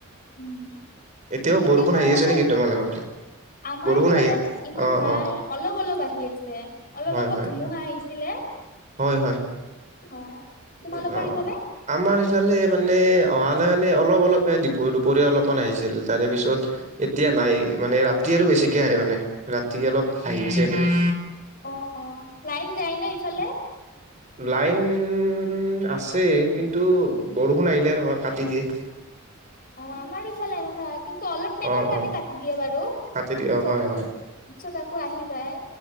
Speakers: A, on the left; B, on the right.
A: উম,
B: এতিয়াও
A: খেতিয়কৰ
B: বৰষুণ আহি
A: কাৰণে
B: আছে নেকি তোমাৰলোকৰ ফালে?
A: আমাৰ
B: বৰষুণ
A: ইফালে
B: আহি
A: ইমান
B: অ
A: নাই
B: অ
A: অলপ -অলপ আহি আছে। অলপ
B: হয়
A: আগত
B: হয়
A: ধুমুহা আহিছিলে।
B: হয়।
A: হয়। তোমালোকৰ
B: উম, অ।
A: ইফালে
B: আমাৰ সিফালে মানে অহা নাই মানে অলপ- অলপ হে দীপ দুপৰীয়া অলপমান আহিছিল তাৰে পিছত এতিয়া নাই মানে ৰাতি আৰু বেছিকে আহে মানে ৰাতি অলপ আহি আছে এইকেদিন।
A: অ', অ', লাইন যায় নে ইফালে?
B: লাইন উম, আছে কিন্তু বৰষুণ আহিলে ৰবা কাটি দিয়ে।
A: অ, আমাৰো ইফালে এনেকুৱা হয় কিন্তু অলপ টাইমৰ
B: অ',
A: কাৰণে
B: অ',
A: কাটি দিয়ে বাৰু পিছত
B: কাটি দিয়ে অ' হয়, হয়।
A: পিচত আকৌ আহি যায়